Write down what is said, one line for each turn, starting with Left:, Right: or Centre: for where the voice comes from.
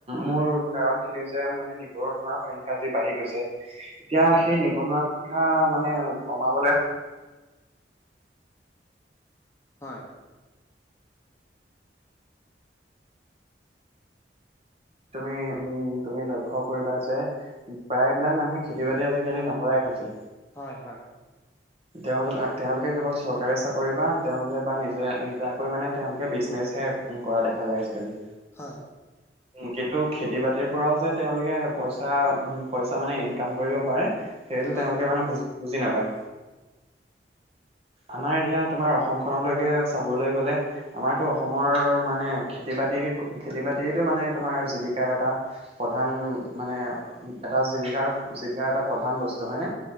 Right: মোৰ কাৰণ খিনি যে মানে নিবনুৱাৰ সংখ্যা যি বাঢ়ি গৈছে এতিয়া
Left: হয়
Right: সেই নিবনুৱা কথা মানে কমাবলে
Left: হয়
Right: তুমি উম তুমি লক্ষ্য কৰিবা যে প্ৰায়বিলাক মানুহে খেতি বাতি আজিকালি নকৰাই হৈছে
Left: হয় হয়
Right: তেওঁলোকে তেওঁলোকে কেৱল চৰকাৰী চাকৰি বা তেওঁলোকে বা নিজে নিজাকৈ মানে তেওঁলোকে বিজনেচ হে উ কৰা দেখা যায় আজিকালি
Left: হয়
Right: কিন্তু খেতি বাতিৰ পৰাও যে তেওঁলোকে পইচা পইচা মানে ইনকাম কৰিব পাৰে সেইটো
Left: হয়
Right: তেওঁলোকে
Left: হয়
Right: মানে বুজ বুজি নাপায় আমাৰ এতিয়া তোমাৰ অসমখনলৈকে চাবলৈ গলে আমাৰতো অসমৰ মানে খেতি বাতি খেতি খেতি বাতিটো মানে তোমাৰ জীৱিকাৰ এটা প্ৰধান মানে এটা জীৱিকাৰ জীৱিকাৰ এটা প্ৰধান বস্তু হয়নে